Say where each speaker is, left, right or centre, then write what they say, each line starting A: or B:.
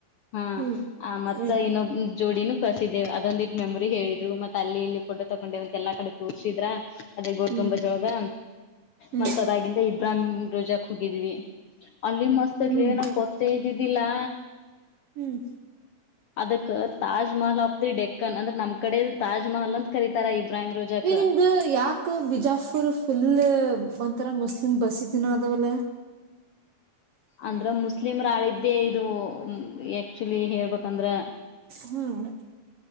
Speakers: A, on the left; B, on the right.
A: ಹಾ
B: ಹ್ಮ್
A: ಮತ್ತ
B: ಹ್ಮ್
A: ಇನ್ನೊಬ್ ಜೋಡಿನೂ ಕಸಿದ್ದೇವೆ ಅದೊಂದ ಇ ಮೆಮೊರಿ ಹೇಳಿದ್ರು ಮತ್ತೆ ಅಲ್ಲಿಲ್ಲಿ ಫಡ್ ತಗೊಂಡ ಎಲ್ಲ ಕಡೆ ತೋರ್ಸಿದ್ರ ಅದೇ ಗ
B: ಹ್ಮ್
A: ಗಂಬ ಜಳದ
B: ಹ್ಮ್
A: ಮತ್ತತ್ ಅದಾಗಿಂದ ಇಬ್ರಾಹಿಂ ರೋಜಾಕ್ ಹೋಗಿದ್ವಿ ಅಲ್ಲಿ ಮಸ್ತ್
B: ಹ್ಮ್
A: ತ್ಲಿ ನಮ್ಗೆ ಗೊತ್ತೇ ಇದ್ದಿದ್ದಿಲ್ಲಾ
B: ಹ್ಮ್
A: ಅದಕ್ಕ Taj Mahal of the Deccan ಅಂದ್ರೆ ನಮ್ ಕಡೆ ತಾಜ್ಮಹಲ್ ಅಂತ ಕರೀತಾರೆ ಇಬ್ರಾಹಿಂ ರಾಜಕ್
B: ಈ ನಿಮ್ದು ಯಾಕ ಬಿಜಾಪುರ್ ಪುಲ್ಲು ಒಂಥರ ಮುಸ್ಲಿಂ ಬಸಿದಿ ಅದವಲ್ಲ
A: ಅಂದ್ರೆ ಮುಸ್ಲಿಮರ ಆಳಿದ್ದೆ ಇದು ಆಕ್ಚುಲಿ ಹೇಳ್ಬೇಕಂದ್ರೆ
B: ಹ್ಮ್